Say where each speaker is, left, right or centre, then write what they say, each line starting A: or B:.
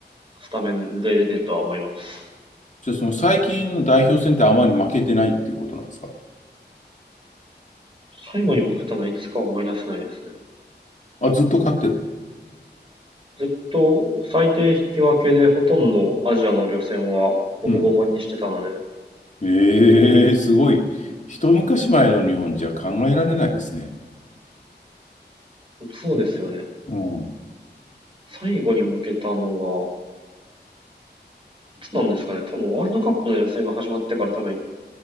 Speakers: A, on the right; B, on the left.
A: スタメンで出てるとは思います。
B: じゃあ、その最近の代表戦ってあまり負けてないっていうことなんですか
A: 最後に負けたのいつか思い出せないですね。
B: あ、ずっと勝ってる。
A: ずっと最低引き分けでほとんどアジアの予選はボコボコにしてたので、
B: うん。ええ、すごい。一昔前の日本じゃ考えられないですね。
A: そうですよね。
B: うん。
A: 最後に負けたのが、いつなんですかね。多分ワールドカップの予選が始まってから多分、